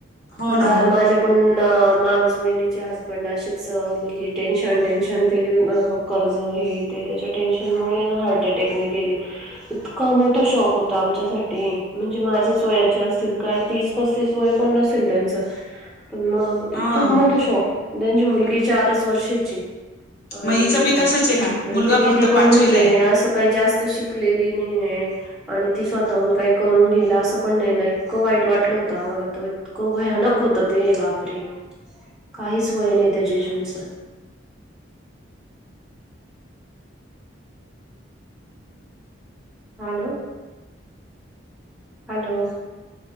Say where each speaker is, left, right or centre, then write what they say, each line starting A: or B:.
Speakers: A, on the left; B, in the centre.
A: हो
B: आता
A: ना हो
B: माझ्या पण ना मावस बहिणीच्या हसबँड अशीच म्हणजे टेन्शन टेन्शन त्याची. <unintelligible> कर्ज हे ते त्याच्या टेन्शनमुळे ना हार्ट अटॅकने गेले इतका मोठा शॉक हो तो आमच्यासाठी म्हणजेच माझ्याच वयाचे असतील काय तीस-पसतीस वय पण नसेल त्यांचं. पण मंग हे
A: हा
B: खूप मोठा शॉक त्यांची मुलगी चारच वर्षाची आणि
A: मग हिचं बी तसंच आहे ना मुलगा
B: ती दीदी
A: फक्त
B: पण
A: पाचवीला
B: म्हणजे
A: आहे
B: असं काय जास्त शिकलेली नाही ना आणि ती स्वतःहून काय करून घेईल असं पण नाही नाही इतकं वाईट वाटलं होतं आम्हाला तर इतकं भयानक होतं ते बापरे काहीच वय नव्हतं त्या जीजूंचा. Hello hello